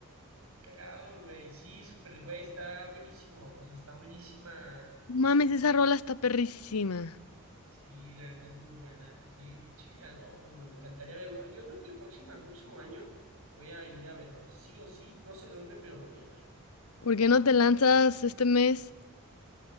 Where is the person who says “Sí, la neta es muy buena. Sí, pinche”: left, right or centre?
Right